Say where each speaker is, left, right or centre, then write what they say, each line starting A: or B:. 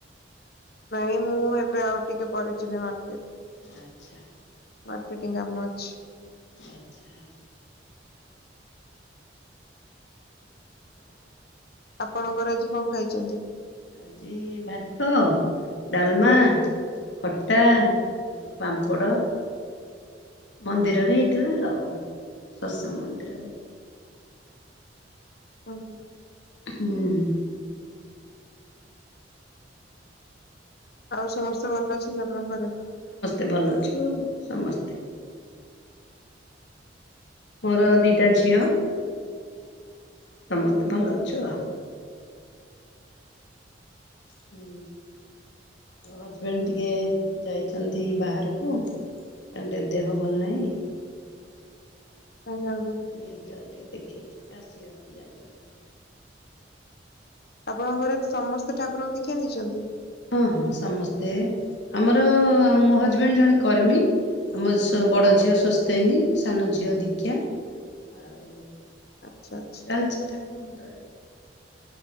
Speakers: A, on the left (about 60°); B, on the left (about 75°).
A: ନାଇଁ ମୁଁ ଏବେ ଆଉ ଟିକେ ପରେ ଯିବି ମାର୍କେଟ।
B: ଆଚ୍ଛା! ଆଚ୍ଛା।
A: ମାର୍କେଟିଙ୍ଗ୍ କାମ ଅଛି।
B: ଆଚ୍ଛା।
A: ଆପଣଙ୍କର ଆଜି କଣ ଖାଇଚନ୍ତି?
B: ଆଜି ଭାତ, ଡାଲମା, ଖଟା ଆଉ ପାମ୍ପଡ଼ ମନ୍ଦିରରେ ହେଇଥିଲା ଆଉ ସତ୍ସଙ୍ଗ ମନ୍ଦିରରେ।
A: ଆଜ୍ଞା।
B: ହୁଁ।
A: ଆଉ ସମସ୍ତେ ଭଲ ଅଛନ୍ତି ଆପଣଙ୍କ ଘରେ?
B: ଏ ଭଲ ଅଛୁ ସମସ୍ତେ ମୋର ଦିଟା ଝିଅ ସମସ୍ତେ ଭଲ ଅଛୁ ଆଉ ହୁଁ ହଜବେଣ୍ଡ ଟିକେ ଯାଇଚନ୍ତି ବାହାରକୁ ତାଙ୍କ ଟିକେ ଦେହ ଭଲ ନାହିଁ।
A: ଆମେ ଯାଉନୁ।
B: ମେଡିିକାଲ ଟିକେ ଦେଖିଇକି ଆସିବେ ଯାଇଚନ୍ତି।
A: ଆପଣଙ୍କ ଘରେ ସମସ୍ତେ ଠାକୁରଙ୍କ ଦିକ୍ଷା ନେଇଚନ୍ତି?
B: ହଁ, ହଁ ସମସ୍ତେ ଆମର ମୋ ହଜବେଣ୍ଡ ଜଣେ କର୍ମୀ। ଆମ ବଡ଼
A: ଓ
B: ଝିଅ ସୋସ୍ତେନୀ ସାନ ଝିଅ ଦୀକ୍ଷା ଆଉ
A: ଆଚ୍ଛା! ଆଚ୍ଛା।
B: ଚାଲିଚି ଠାକୁରଙ୍କ ଦୟାରୁ।